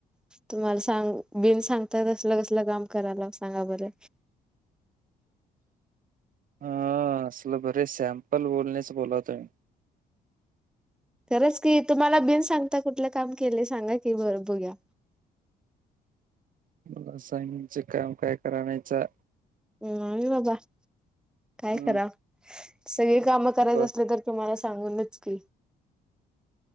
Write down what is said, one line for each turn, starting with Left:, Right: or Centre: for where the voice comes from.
Centre: तुम्हाला सांगू बिन सांगता कसल कसलं काम कारालावं सांगा बर?
Right: हं असलं बरे सॅम्पल बोलण्याचं बोलतोय.
Centre: खरंच की तुम्हाला बिन सांगता कूटल काम केलंय? सांगा की बगुया.
Right: <unintelligible>
Centre: नाही बाबा काय
Right: हम्म
Centre: करावं? सगळी कामं करायचं
Right: बर
Centre: असलं तर तुम्हाला सांगूनच की